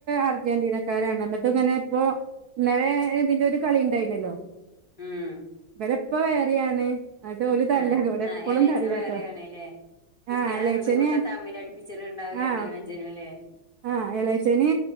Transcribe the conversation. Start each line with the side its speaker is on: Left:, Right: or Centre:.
Right: അർജന്റീനക്കാരാണ് എന്നിട്ട് ഇങ്ങനെ ഇപ്പോ ഇന്നലെ ഇതിന്റെ ഒരു കളി ഇണ്ടായിനല്ലോ?
Left: ഉം
Right: ഇവരെപ്പ വേറെയാണ്. എന്നിട്ട് ഓല് തല്ലാക്കും
Left: ആഹ്
Right: ഇവിടെ
Left: ആഹ്
Right: എപ്പളും
Left: ഏളേയച്ചൻ
Right: തല്ലാക്കാ
Left: വേറെയാണ് അല്ലേ? കുട്ടികളെ
Right: ആഹ് എളേച്ചന്
Left: അങ്ങോട്ടുമിങ്ങോട്ടും തമ്മിലടുപ്പിച്ചിണുണ്ടാവും ഏട്ടനും
Right: ആഹ്
Left: അനുജനും അല്ലേ?
Right: ആഹ് എളയച്ചന്